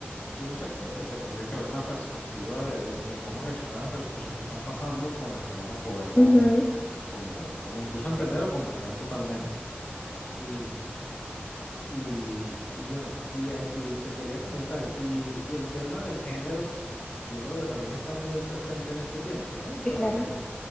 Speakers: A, on the left (about 45°); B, on the left (about 25°).
A: sí, no sé, creo que, que tendría que haber una perspectiva de, de, de cómo reaccionar ante las cosas que están pasando con las que no nos podemos
B: ujú,
A: como, como incluso entender o comprender totalmente. Y, y, y bueno, y, eh, y te quería comentar, y, y el tema del género yo creo que también está muy presente en este tiempo, ¿no? O sea,
B: sí, claro.
A: de,